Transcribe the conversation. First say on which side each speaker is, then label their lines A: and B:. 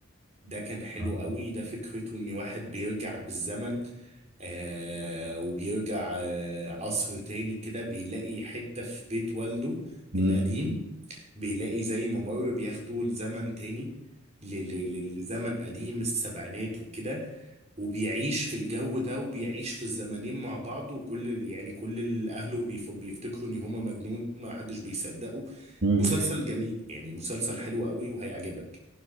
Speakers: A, on the right (about 30°); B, on the right (about 55°).
A: ده كان حلو
B: آه.
A: قوي ده فكرته ان واحد بيرجع بالزمن آه وبيرجع آه عصر تاني كده بيلاقي حتة في بيت والده
B: مم.
A: القديم بيلاقي زي ممر بياخده لزمن تاني ل- ل- ل- لزمن قديم السبعينات وكده وبيعيش في الجو ده وبيعيش في الزمنين مع بعض وكل يعني كل اهله بيف- بيفتكروا ان هما مجنون ما حدش بيصدقه
B: مم.
A: مسلسل جميل يعني مسلسل حلو قوي وهيعجبك